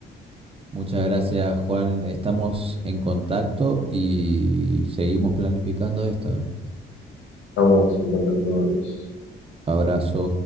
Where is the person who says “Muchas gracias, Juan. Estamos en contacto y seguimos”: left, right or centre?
Right